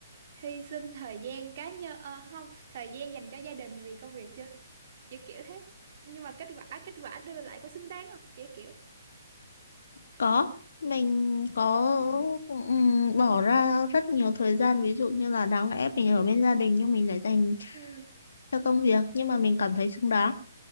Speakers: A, on the right; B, on the left.
A: hy sinh thời gian cá nhân ờ, không, thời gian dành cho gia đình vì công việc chưa? Kiểu kiểu thế. Nhưng mà kết quả kết quả đưa lại có xứng đáng không? Kiểu kiểu.
B: có mình có
A: Ừ.
B: ừm, bỏ ra rất nhiều thời gian ví dụ như là đáng lẽ mình ở bên gia đình nhưng mình lại dành
A: Ừ.
B: cho công việc nhưng mà mình cảm thấy xứng đáng
A: Ừ.